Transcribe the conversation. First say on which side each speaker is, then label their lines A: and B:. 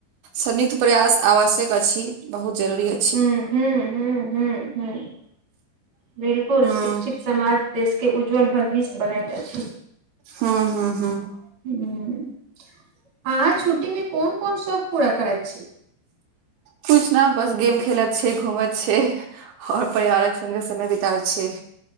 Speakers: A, on the right; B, on the right.
A: संयुक्त प्रयास आवश्यक अछी बहुत जरूरी अ
B: हूँ हूँ हूँ हूँ हूँ बिल्कुल
A: हूँ
B: शिक्षित समाज देश के उज्ज्वल भविष्य बनैत अछि
A: हूँ हूँ हूँ
B: हूँ आहाँ छुट्टी मे कोन कोन शौक पूरा करैत छी
A: कुछ न बस गेम खेलत छै घूमत छै आओर परियारक संगे समय बितबैत छै